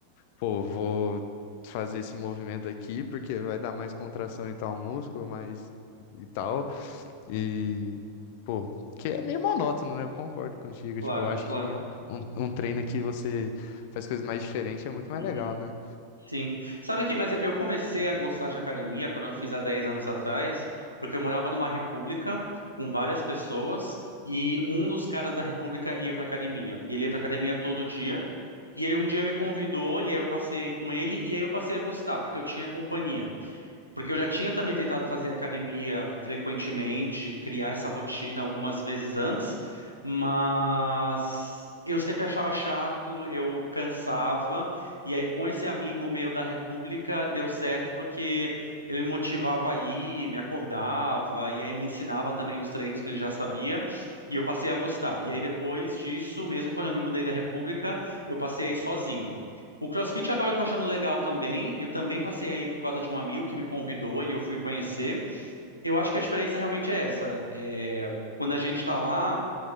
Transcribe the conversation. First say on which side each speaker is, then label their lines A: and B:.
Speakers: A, on the left; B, on the left.
A: pô, vou fazer esse movimento aqui porque vai dar mais contração em tal músculo, mas e tal. E, pô, que é meio monótono, né? Eu concordo contigo.
B: claro,
A: Tipo, eu acho
B: claro.
A: que um, um treino que você faz coisas mais diferentes é muito mais
B: Uhum,
A: legal, né?
B: sim. Sabe que, mas eu comecei a gostar de academia quando eu fiz há 10 anos atrás, porque eu morava numa república com várias pessoas e um dos caras da república ia pra academia. E ele ia pra academia todo dia. E ele um dia me convidou e aí eu passei com ele e aí eu passei a gostar, porque eu tinha companhia. Porque eu já tinha também tentado fazer academia frequentemente, criar essa rotina algumas vezes antes, mas eu sempre achava chato, eu cansava, e aí com esse amigo meu da República deu certo porque ele me motivava a ir, me acordava, e aí me ensinava também os treinos que ele já sabia, e eu passei a gostar. E aí depois disso, mesmo quando eu me mudei da República, eu passei a ir sozinho. O CrossFit agora eu tô achando legal também. Eu também passei aí por causa de um amigo que me convidou e eu fui conhecer. Eu acho que a diferença realmente é essa. É, quando a gente tá lá